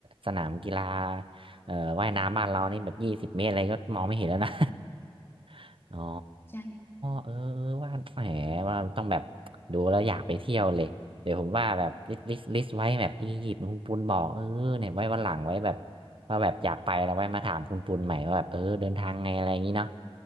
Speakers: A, on the right; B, on the left.
A: สนามกีฬาเอ่อว่ายน้ำบ้านเรานี่แบบยี่สิบเมตรอะไรก็มองไม่เห็นแล้วนะ <laughs> อ๋อ
B: ใช่
A: เออเออว่าแหมว่าต้องแบบดูแล้วอยากไปเที่ยวเลยเดี๋ยวผมว่าแบบลิสต์ลิสต์ลิสต์ไว้แบบอียิปต์คุณปุณบอกเออเนี่ยไว้วันหลังไว้แบบว่าแบบอยากไปแล้วไว้มาถามคุณปุณใหม่ว่าแบบเออเดินทางไงอะไรอย่างนี้เนาะ